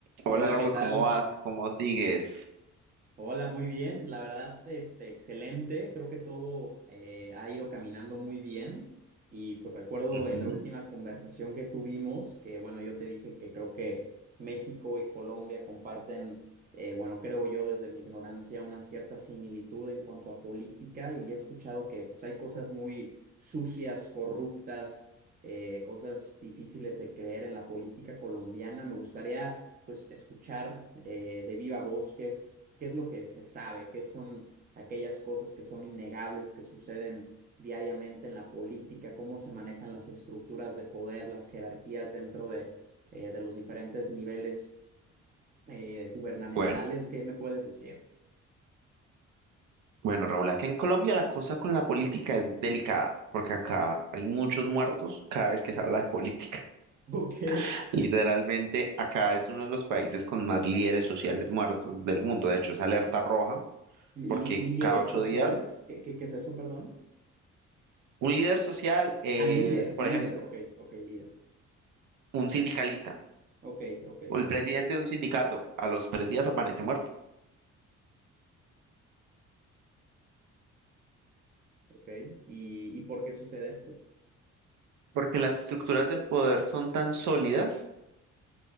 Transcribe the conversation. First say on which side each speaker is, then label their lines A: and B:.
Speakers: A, on the right; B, on the right.
A: Hola,
B: Hola Raúl,
A: ¿qué tal?
B: ¿cómo vas? ¿Cómo sigues?
A: Hola, muy bien. La verdad, este, excelente. Creo que todo eh, ha ido caminando muy bien. Y pues recuerdo
B: Ujú.
A: en la última conversación que tuvimos, que bueno, yo te dije que creo que México y Colombia comparten, eh, bueno, creo yo desde mi ignorancia, una cierta similitud en cuanto a política. Y he escuchado que pues, hay cosas muy sucias, corruptas eh, cosas difíciles de creer en la política colombiana. Me gustaría, pues, escuchar eh, de viva voz qué es, qué es lo que se sabe, qué son aquellas cosas que son innegables, que suceden diariamente en la política, cómo se manejan las estructuras de poder, las jerarquías dentro de, eh, de los diferentes niveles eh, gubernamentales.
B: Bueno,
A: ¿Qué me puedes decir? <laughs>
B: bueno Raúl, acá en Colombia la cosa con la política es delicada, porque acá hay muchos muertos cada vez que se habla de política.
A: Ok.
B: <laughs> Literalmente, acá es uno de los países con más líderes sociales muertos del mundo. De hecho, es alerta roja,
A: Li-
B: porque
A: ¿Líderes
B: cada ocho
A: sociales?
B: días
A: ¿Qué, qué, qué es eso, perdón?
B: un líder social es,
A: Ah, líder,
B: por
A: líder,
B: ejemplo,
A: ok, ok, líder.
B: un sindicalista
A: Ok, ok,
B: o el
A: ok.
B: presidente de un sindicato. A los tres días aparece muerto,
A: Ok, ¿Y, y por qué sucede esto?
B: porque las estructuras del poder son tan sólidas,